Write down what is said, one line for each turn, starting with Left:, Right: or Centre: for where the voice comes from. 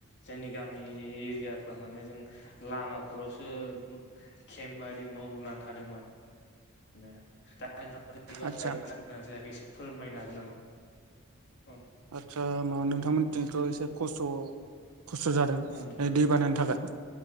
Left: जोंनि गामि एरियाफोर माने जों लामाफोरावसो केम्फ बादि न' लुनानै थादोंमोन। दा <unintelligible> जादोंना
Right: आदसा
Left: जायाखै एसे फोरमायनो हागोन नामा? औ
Right: आतसा माबा नोंथांमोनथिथ' एसे खस्थ' खस्थ' जादों
Left: उम
Right: बे दै बानानि थाखाय